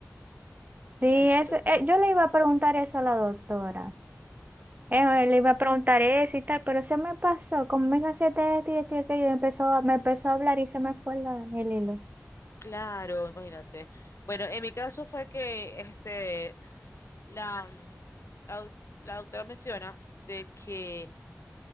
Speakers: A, on the right (about 35°); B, on the left (about 60°).
A: Sí,
B: Ay, sí,
A: eso, eh, yo le iba a preguntar eso a la doctora. Eh, le iba a preguntar eso y tal, pero se me pasó, como me cansé esto y esto y aquello, y empezó, me empezó a hablar y se me fue la- el hilo.
B: Claro, imagínate. Bueno, en mi caso fue que este, la, mm, la, doc- la doctora menciona de que